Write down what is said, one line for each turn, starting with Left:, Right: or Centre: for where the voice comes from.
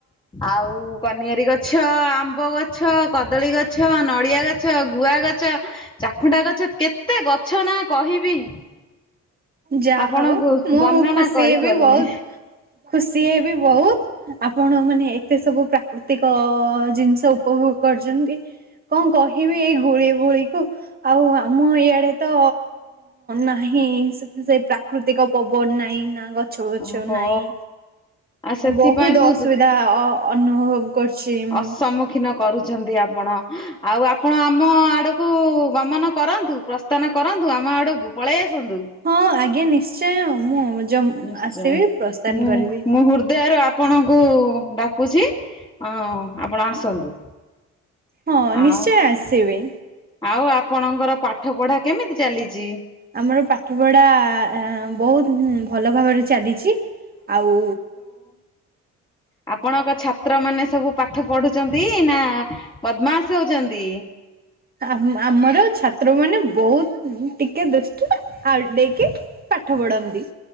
Left: ଆଉ କନିଅରୀ ଗଛ, ଆମ୍ବ ଗଛ, କଦଳୀ ଗଛ ନଡିଆ ଗଛ, ଗୁଆ ଗଛ, ଚାଖୁଣ୍ଡା ଗଛ, କେତେ ଗଛ ନା କହିବି?
Right: ଯାହା
Left: ଆପଣଙ୍କୁ
Right: ହୋଉ
Left: ବର୍ଣ୍ଣନା
Right: ମୁଁ ଖୁସି
Left: କରିପାରୁନି
Right: ହେବି ବୋହୁତ୍ ଖୁସି ହେବି ବୋହୁତ୍। ଆପଣ ମାନେ ଏ ଏତେ ସବୁ ପ୍ରାକୃତିକ ଜିନିଷ ଉପଭୋଗ କରୁଛନ୍ତି। କଣ କହିବି ଏଇ ଗୁଳି ବୁଳି କୁ? ଆଉ ଆମ ଇଆଡେ ତ ନାହିଁ ସେ ସେ ପ୍ରାକୃତିକ ପବନ ନାଇଁ ନା ଗ ଗଛ ବଛ
Left: ଓହୋ
Right: ନାହିଁ।
Left: ଆଉ ସେଥିପାଇଁ
Right: ବୋହୁତ୍ ଅସୁବିଧା
Left: ମୁଁ
Right: ଅନୁଭବ କରୁଛି। ମୁଁ।
Left: ଅସମୁଖୀନ କରୁଛନ୍ତି ଆପଣ? ଆଉ ଆପଣ ଆମ ଆଡକୁ ଗମନ କରନ୍ତୁ। ପ୍ରସ୍ଥାନ କରନ୍ତୁ। ଆମ ଆଡକୁ ପଳେଇ ଆସନ୍ତୁ।
Right: ହଁ ଆଜ୍ଞା ନିଶ୍ଚୟ ମୁଁ
Left: ନିଶ୍ଚୟ।
Right: ଆସିବି ପ୍ରସ୍ଥାନ
Left: ମୁଁ,
Right: କରିବି।
Left: ମୁଁ ହୃଦ୍ଦୟର ଆ ଆପଣଙ୍କୁ ଡାକୁଛି ଆପଣ ଆସନ୍ତୁ।
Right: ହଁ ନିଶ୍ଚୟ
Left: ଆଉ
Right: ଆସିବି।
Left: ଆଉ ଆପଣଙ୍କର ପାଠ ପଢା କେମିତି ଚାଲିଛି?
Right: ଆମର ପାଠ ପଢା ବୋହୁତ୍ ଭଲ ଭାବରେ ଚାଲିଛି। ଆଉ
Left: ଆପଣଙ୍କ ଛାତ୍ର ମାନେ ସବୁ ପାଠ ପଢୁଛନ୍ତି ନା ବଦମାସ୍ ହଉଛନ୍ତି।
Right: ଆମ୍ ଆମର ଛାତ୍ର ମାନେ ବହୁତ ଟିକେ ଦୃଷ୍ଟ ଆଉ ଟିକେ ପାଠ ପଢ଼ନ୍ତି।